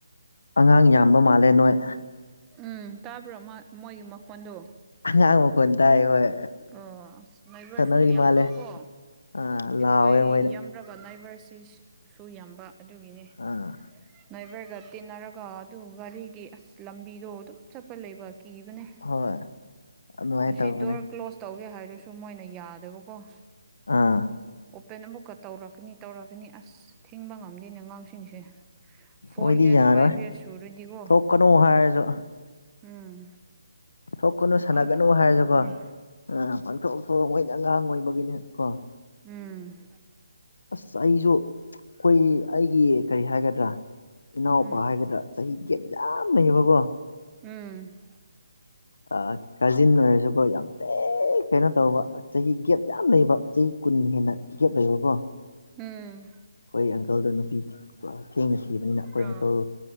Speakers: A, on the left; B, on the right.
A: ꯑꯉꯥꯡ ꯌꯥꯝꯕ ꯃꯥꯜꯂꯦ ꯅꯣꯏ
B: ꯎꯝ ꯇꯥꯕ꯭ꯔꯣ ꯃꯣꯏꯒꯤ ꯃꯈꯣꯟꯗꯣ
A: ꯑꯉꯥꯡ ꯃꯈꯣꯟ ꯇꯥꯏ ꯍꯣꯏ
B: ꯑꯣꯁ ꯅꯦꯕꯦꯔꯁꯁꯨ
A: ꯁꯥꯟꯅꯔꯤ
B: ꯌꯥꯝꯕꯀꯣ
A: ꯃꯥꯜꯂꯦ ꯑꯥ
B: ꯑꯩꯈꯣꯏ
A: ꯂꯥꯎꯋꯦ ꯃꯣꯏꯗ
B: ꯌꯥꯝ ꯐ꯭ꯔꯒ ꯅꯥꯏꯕꯔꯁꯤ ꯁꯨ ꯌꯥꯝꯕ ꯑꯗꯨꯒꯤꯅꯤ
A: ꯑꯥ
B: ꯅꯥꯏꯕꯔꯒ ꯇꯤꯟꯅꯔꯒ ꯑꯗꯨ ꯒꯥꯔꯤꯒꯤ ꯑꯁ ꯂꯝꯕꯤꯗꯣ ꯑꯗꯨꯝ ꯆꯠꯄ ꯂꯩꯕ ꯀꯤꯕꯅꯦ
A: ꯍꯣꯏ ꯑꯗꯨꯃꯥꯏꯅ
B: ꯑꯁꯤ
A: ꯇꯧꯕꯅꯦ
B: ꯗꯣꯔ ꯀ꯭ꯂꯣꯁ ꯇꯧꯒꯦ ꯍꯥꯏꯔꯁꯨ ꯃꯣꯏꯅ ꯌꯥꯗꯕꯀꯣ
A: ꯑꯥ
B: ꯑꯣꯄꯦꯟ ꯑꯃꯨꯛꯀ ꯇꯧꯔꯛꯀꯅꯤ ꯇꯧꯔꯛꯀꯅꯤ ꯑꯁ ꯊꯤꯡꯕ ꯉꯝꯗꯦꯅꯦ ꯑꯉꯥꯡꯁꯤꯡꯁꯦ ꯐꯣꯔ
A: ꯃꯣꯏꯗꯤ
B: ꯏꯌꯔ
A: ꯌꯥꯔꯣꯏ
B: ꯐꯥꯏꯚ ꯏꯌꯔ ꯁꯨꯔꯗꯤꯀꯣ
A: ꯊꯣꯛꯀꯅꯨ ꯍꯥꯏꯔꯁꯨ
B: ꯎꯝ
A: ꯊꯣꯛꯀꯅꯨ ꯁꯥꯟꯅꯒꯅꯨ
B: ꯄꯥꯡꯊꯣꯛ
A: ꯍꯥꯏꯔꯕ
B: ꯊꯣꯛꯄꯅꯤ
A: ꯑꯥ ꯄꯡꯊꯣ ꯊꯣꯛꯑ ꯃꯣꯏꯅ ꯑꯉꯥꯡ ꯑꯣꯏꯕꯒꯤꯅꯦ ꯀꯣ
B: ꯎꯝ
A: ꯑꯁ ꯑꯩꯁꯨ ꯑꯈꯣꯏ ꯑꯩꯒꯤ ꯀꯔꯤ ꯍꯥꯏꯒꯗ꯭ꯔꯥ ꯏꯅꯥꯎꯄꯥ
B: ꯎꯝ
A: ꯍꯥꯏꯒꯗ꯭ꯔꯥ ꯆꯍꯤ ꯒꯦꯞ ꯌꯥꯝ ꯂꯩꯌꯦꯕꯀꯣ
B: ꯎꯝ
A: ꯑꯥ ꯀꯥꯖꯤꯟ ꯑꯣꯏꯔꯁꯨꯀꯣ ꯌꯥꯝ ꯇꯤ ꯊꯤ ꯀꯩꯅꯣ ꯇꯧꯕ ꯆꯍꯤ ꯒꯦꯞ ꯌꯥꯝ ꯂꯩꯕ ꯆꯍꯤ ꯀꯨꯟ ꯍꯦꯟꯅ ꯒꯦꯞ ꯂꯩꯕꯀꯣ
B: ꯎꯝ
A: ꯑꯩꯈꯣꯏ ꯑꯪꯀꯜꯗꯣ ꯅꯨꯄꯤ ꯊꯦꯡꯅ ꯊꯤꯕꯅꯤꯅ ꯑꯩꯈꯣꯏ
B: ꯑ
A: ꯑꯪꯀꯜ